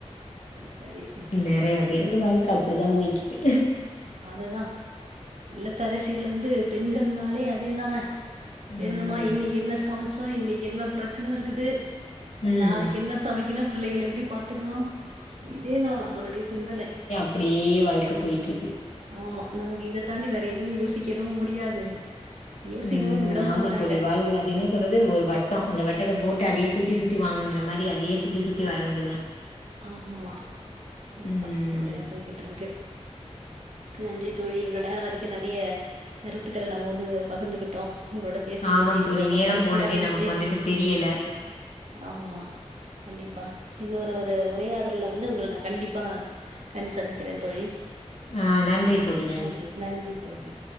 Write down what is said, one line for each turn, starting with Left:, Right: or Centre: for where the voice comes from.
Right: சரி எங்க
Left: நிறைய பேருக்கு வாழ்க்க அப்டிதா போயிட்ருக்கு
Right: அதுதா இல்லத்தரசிகள் வந்து பெண்கள்னாலே அதேதானே
Left: ம்
Right: எழுந்த மா இன்னைக்கு என்ன சமச்சோ இன்னைக்கு என்ன பிரச்சன இருக்குது
Left: ம்
Right: நாளைக்கு என்ன சமைக்கணு பிள்ளைங்கள எப்டி பாத்துக்கணு இதேதா நம்மளுடைய சிந்தனை
Left: அப்டியே வாழ்க்க போயிட்ருக்கு
Right: ஆமா நமக்கு இத தாண்டி வேற எதுவு யோசிக்கிடவு முடியாது யோசிக்கவு
Left: ம்
Right: விட
Left: ஆமா
Right: மாட்டாங்க
Left: தோழி வாயு அது என்ன றது ஒரு வட்டோ அந்த வட்டத்த போட்டு அதையே சுத்தி சுத்தி வாங்கங்கிற மாரி அதையே சுத்தி சுத்தி வர வேண்டியதுதா
Right: ஆமா கண்டிப்பா
Left: ம்
Right: அப்டிதா போயிகிட்டு இருக்கு நன்றி தோழி இவ்ளோ நேரோ வரைக்கு நெறைய கருத்துக்கள் நம்ம வந்து பகிர்ந்துகிட்டோ உங்களோட பேசுனது
Left: ஆமாம்
Right: வந்து எனக்கு
Left: தோழி
Right: ரொம்ப
Left: நேரம்
Right: மகிழ்ச்சியா
Left: போனதே
Right: இருந்துச்சு
Left: நமக்கு வந்துட்டு தெரியல
Right: ஆமா கண்டிப்பா இன்னோரு உரையாடல்ல வந்து உங்கள நா கண்டிப்பா கண்டு சந்திக்கிறே தோழி
Left: ஆ நன்றி தோழி
Right: நன்றி நன்றி தோழி